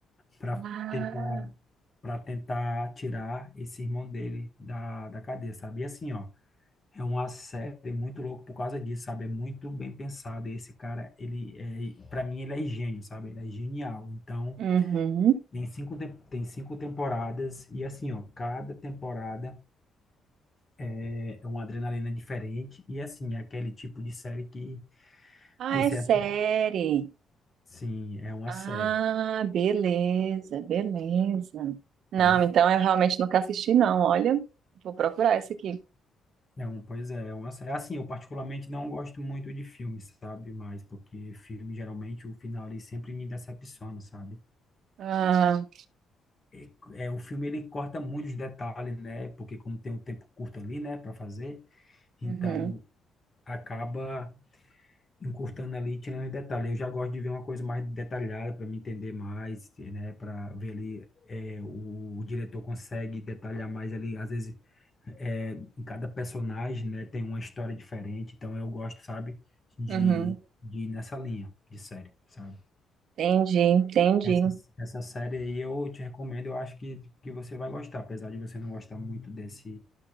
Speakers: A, on the left (about 25°); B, on the right (about 65°).
A: para
B: Ah,
A: tentar, para tentar tirar esse irmão dele da, da cadeia, sabe? E assim, ó. É uma série muito louca por causa disso, sabe? É muito bem pensado. E esse cara, ele é, para mim, ele é gênio, sabe? Ele é genial. Então,
B: uhum.
A: tem cinco, tem tem cinco temporadas e assim, ó, cada temporada é é uma adrenalina diferente e assim, é aquele tipo de série que
B: Ah,
A: você
B: é série.
A: assim, sim, é uma
B: Ah,
A: série,
B: beleza, beleza. Não,
A: tá?
B: então eu realmente nunca assisti, não. Olha, vou procurar esse aqui.
A: É um, pois é, é uma série. Assim, eu particularmente não gosto muito de filmes, sabe? Mas porque filme geralmente o final ali sempre me decepciona, sabe?
B: Ah,
A: é, é, o filme ele corta muitos detalhes, né? Porque como tem um tempo curto ali, né, para fazer, então
B: uhum,
A: acaba encurtando ali, tirando os detalhes. Eu já gosto de ver uma coisa mais detalhada para me entender mais, né? Para ver ali é, o, o diretor consegue detalhar mais ali, às vezes é, em cada personagem, né, tem uma história diferente. Então eu gosto, sabe, de,
B: uhum.
A: de ir nessa linha de série, sabe?
B: Entendi, entendi.
A: Essa, essa série aí eu te recomendo, eu acho que, que você vai gostar, apesar de você não gostar muito desse.